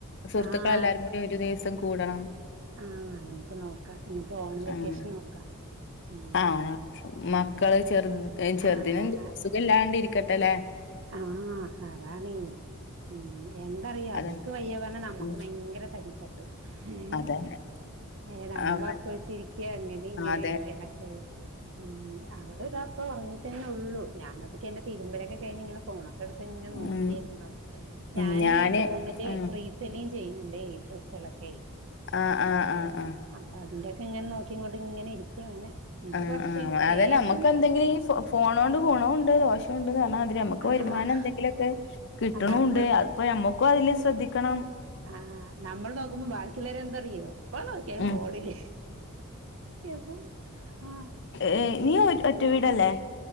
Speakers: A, on the left; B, on the right.
A: സുഹൃത്തുക്കളെല്ലാരും
B: ആഹ്
A: കൂ ടി ഒരു ദിസം കൂടണം
B: ആഹ് നമുക്ക് നോക്കാം ഞ്ഞിപ്പോ ഓണം വെക്കേഷന്
A: ആഹ്
B: നോക്കാം ഉം
A: ആഹ് മക്കള് ചെറ് ചെറുതിനെന്തു
B: ആഹ്
A: അസുഖം ഇല്ലാണ്ട് ഇരിക്കട്ടെല്ലെ
B: ആഹ് അതാണെ ഉം എന്താറിയോ
A: അതെ
B: അവര്ക്ക് വയ്യ പറഞ്ഞ നമ്മക്കും
A: ഉം
B: ഭയങ്കര തടിത്തട്ട് ഏഹ്
A: അതന്നെ
B: ഏഹ് നമ്മള്
A: അവ
B: ഒറക്കൊഴിച്ചിരി ക്ക അങ്ങനെ ഇങ്ങനെ
A: അതെ
B: എണക്കായിട്ട് ഉം അവള് ദാ പ്പൊ ഒറങ്ങി ട്ടന്നെള്ളൂ ഞാനപ്പക്കെന്റെ തിരുമ്പലൊക്കെ കഴിഞ്ഞിങ്ങനെ ഫോണ വെറുതെഇങ്ങനെ നോക്കെയ്രുന്നു
A: ഉം ഉം
B: ഞാനെ
A: ഞാന്
B: ഫോണിൽ
A: ഉം
B: റീസ് സെല്ലിം ചെയ്യുന്നുണ്ടെ ഡ്രസ് കളൊക്കെ
A: ആഹ് ആഹ്
B: അപ്പൊ
A: ആഹ് ആഹ്
B: അപ്പഅതിന്റെൊക്കെ ഇങ്ങനെ നോക്കി കൊണ്ട് ഇങ്ങനെ ഇരിക്കയാണ് പിന്നെ
A: ആ
B: കൊറച്ച് കഴിഞ്ഞ്
A: ഹ്ആഅതന്നെ
B: ലേശം
A: നമുക്ക് എന്തെങ്കിലും
B: കിടക്കും
A: ഈ ഫോണോണ്ട് കുണവുണ്ട് ദോഷംണ്ട്ന്ന് പറഞ്ഞാ മാതിരി നമുക്ക് ക്കെ
B: ആഹ്
A: വരുമാനം എന്തെങ്കിലുക്കെ കിട്ടണുണ്ട്
B: നമ്മൾ
A: അത്പ്പമ്മക്കും അതില് ശ്രദ്ധിക്കണം
B: ആഹ് നമ്മൾ നോക്കുമ്പോ ബാക്കിയുള്ളേരെ എന്തറിയോ പ്പ നോക്കിയാലും
A: ഉം
B: ഫോണിൽ എപ്പ ആ
A: ഏ നീ ഒറ്റ വീടല്ലേ